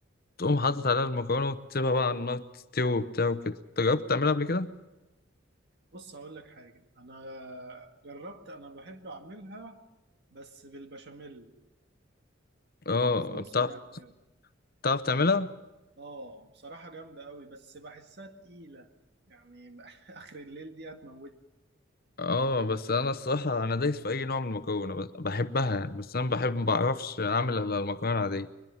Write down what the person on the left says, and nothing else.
تقوم حاطط عليها المكرونة وتسيبها بقى على النار تستوي وبتاع وكده أنت جربت تعملها قبل كده؟
اه
بتعرف
بتعرف تعملها؟
اه بس أنا الصراحة أنا دايس في أي نوع من المكرونة بس- بحبها يعني بس أنا بحب ما بعرفش أعمل إلا المكرونة العادية